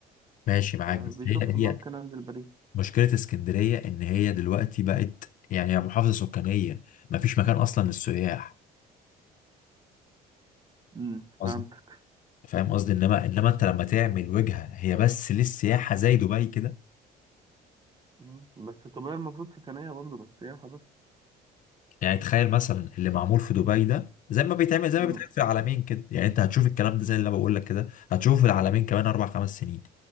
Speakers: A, on the left (about 50°); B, on the right (about 25°).
A: ماشي معاك
B: فبيشوف
A: بس هي
B: ممكن
A: هي
B: انزل باريس
A: مشكله اسكندريه ان هي دلوقتي بقت يعني هي محافظه سكانيه ما فيش مكان اصلا للسياح
B: امم
A: قصدي
B: فهمتك
A: فاهم قصدي انما انما انت لما تعمل وجهه هي بس للسياحه زي دبي كده
B: مم. بس تبقى المفروض سكنية برضه مش سياحة بس
A: يعني تخيل مثلا اللي معمول في دبي ده زي ما بيتعمل زي ما
B: امم
A: بيتعمل في العالمين كده يعني انت هتشوف الكلام ده زي اللي انا بقول لك كده هتشوفه في العالمين كمان اربع خمس سنين